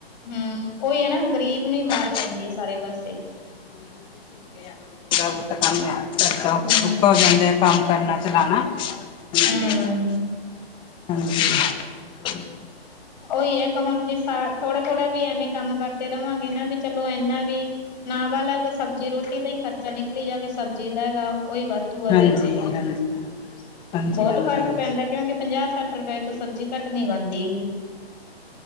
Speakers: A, on the left; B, on the left.
A: ਹੂੰ ਉਹੀ ਹੈ ਨਾ।
B: <unintelligible>
A: ਗਰੀਬ ਨੂੰ ਹੀ ਮਾਰ ਪੈਂਦੀ ਹੈ ਸਾਰੇ ਪਾਸੇ
B: <unintelligible>
A: ਹੂੰ
B: ਦਿਖਾਣਾ। <unintelligible>
A: ਹੂੰ
B: <unintelligible>
A: <unintelligible> ਰਵਾਂਗੇ ਨਾ ਵੀ ਚਲੋ ਇੰਨਾ ਵੀ ਨਾ ਵਾਲ ਲਾ ਤਾਂ ਸਬਜ਼ੀ ਰੋਟੀ ਦਾ ਹੀ ਖਰਚਾ ਨਿਕਲੀ ਜਾਵੇ ਸਬਜ਼ੀ ਦਾ ਹੈਗਾ। ਉਹੀ ਵਾਧੂ ਆ
B: ਹਾਂਜੀ
A: ਦਿਨ ਦੇ ਵਿੱਚ
B: ਹਾਂਜੀ ਹਾਂਜੀ
A: ਬਹੁਤ
B: ਹਾਂਜੀ ਹਾਂਜੀ
A: ਫ਼ਰਕ ਪੈਂਦਾ ਕਿਉਂਕਿ ਪੰਜਾਹ-ਸੱਠ। ਸਠ ਰੁਪਏ ਤੋਂ ਸਬਜ਼ੀ ਘੱਟ ਨੀ ਬਣਦੀ ਹੈਗੀ।